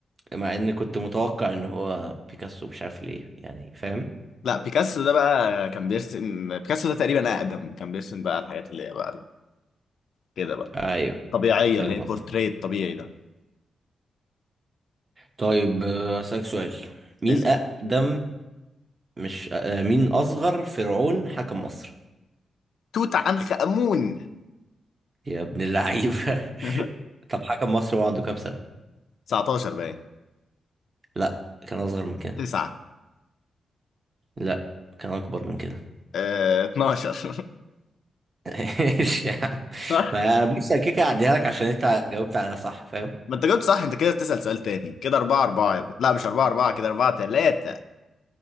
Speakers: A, on the right; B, on the left.
A: مع ان كنت متوقع ان هو بيكاسو مش عارف ليه يعني فاهم
B: لا بيكاسو ده بقى كان بيرسم بيكاسو ده تقريبا اقدم كان بيرسم بقى الحاجات اللي هي بقى كده بقى
A: ايوه
B: طبيعيه
A: فاهم
B: اللي هي
A: قصدي
B: بورتريت طبيعي ده
A: طيب آه، أسألك سؤال مين
B: اسال
A: أقدم مش آه، مين أصغر فرعون حكم مصر
B: توت عنخ امون
A: يا ابن اللعيبة <laughs>
B: <laughs>
A: طب حكم مصر هو عنده كام سنة؟
B: 19 باين
A: لا كان أصغر من كده
B: 9
A: لا كان أكبر من كده
B: اه 12 <laughs>
A: <laughs> ايش يعني
B: صح
A: ما بص أنا كده كده هعديها لك عشان أنت جاوبت عليها صح فاهم؟
B: ما انت جاوبت صح انت كده بتسال سؤال تاني كده 4 4 لا مش 4 4 كده 4 3